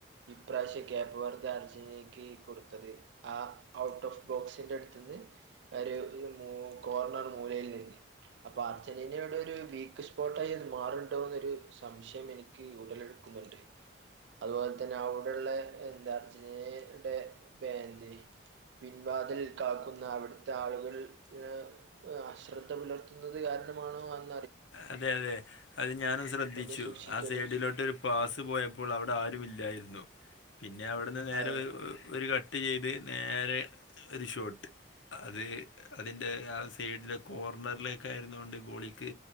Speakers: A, on the right (about 60°); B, on the left (about 75°).
A: ഇപ്രാവശ്യം വേൾഡുകപ്പർജന്റീനക്കു കൊടുത്തത് ആ ഔട്ട്ഓഫ് ബോക്സിന്റെ അടുത്തു നിന്ന് ഒരു മുക്കോർണർ മൂലയിൽ നിന്ന് അപ്പൊ അർജന്റീനയുടെ ഒരു വീക്ക്സ്പോട്ടായിരുന്നു മാറുണ്ടോയെന്നൊരു സംശയമെനിക്കുടലെടുക്കുന്നുണ്ട് അതുപോലെ തന്നെ അവിടെയുള്ളെ എന്തായർജന്റീനയുടെഫാന്റി പിൻവാതിലിൽകാക്കുന്ന അവിടു ആളുകള് ഏഹ് അശ്രദ്ധ പുലർത്തുന്നത് കാരണമാണോ അഹ്
B: അതെയതെ അതുഞാനും ശ്രദ്ധിച്ചു.
A: ഒന്ന് സൂക്ഷിക്കേണ്ടി
B: ആ സൈഡിലോട്ട് പാസുപോയപ്പോളവിടെ ആരുമില്ലായിരുന്നു. പിന്നെയവിടുന്ന് നേരെ
A: അതെ
B: ഒ ഒരു ട്ട്ചെയ്ത് നേരെ ഒരു ഷോട്ട് അത്, അതിൻ്റെ ആ സൈഡിലെ കോർണറിലേക്കായിരുന്നകൊണ്ട് ഗോളിക്ക്